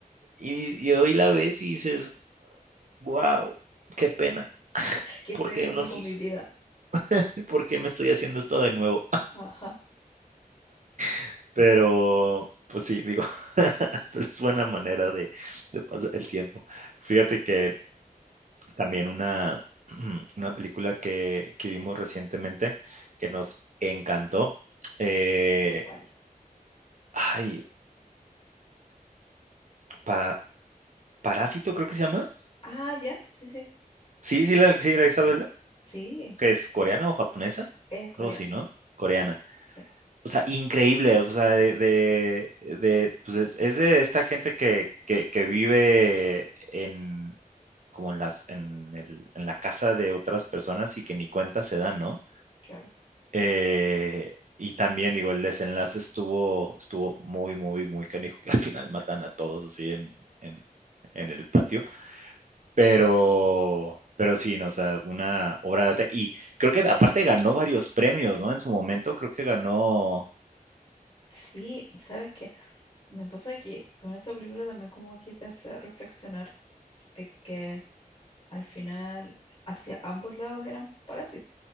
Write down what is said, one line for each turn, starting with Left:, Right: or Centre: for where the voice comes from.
Right: Y, y hoy la ves y dices, wow, qué pena,
Left: ¿Qué estoy
Right: ¿por qué
Left: haciendo
Right: nos
Left: con
Right: hizo?
Left: mi vida?
Right: <laughs> ¿Por qué me estoy haciendo esto de nuevo?
Left: Ajá.
Right: <laughs> Pero, pues sí, digo, <laughs> pero es buena manera de, de pasar el tiempo. Fíjate que También una, <clears throat> una película que, que vimos recientemente que nos encantó. eh,
Left: ¿Cuál?
Right: ay, Pa- Parásito creo que se llama.
Left: Ah, ya, sí, sí.
Right: Sí, sí, la, sí, la Isabela,
Left: Sí,
Right: que es coreana o japonesa,
Left: es coreana.
Right: algo así, ¿no? Coreana.
Left: Sí,
Right: O sea, increíble, o sea, de, de, de, pues es, es de esta gente que, que, que vive en, como en las, en el, en la casa de otras personas y que ni cuenta se dan, ¿no?
Left: claro.
Right: Eh, y también, digo, el desenlace estuvo, estuvo muy, muy, muy canijo, que al final matan a todos así en, en, en el patio. Pero, pero sí, no, o sea, una obra de arte. Y creo que aparte ganó varios premios, ¿no? En su momento, creo que ganó,
Left: Sí, ¿sabes qué? Me pasa que con esa película también como que te hace reflexionar de que al final hacia ambos lados eran parásitos.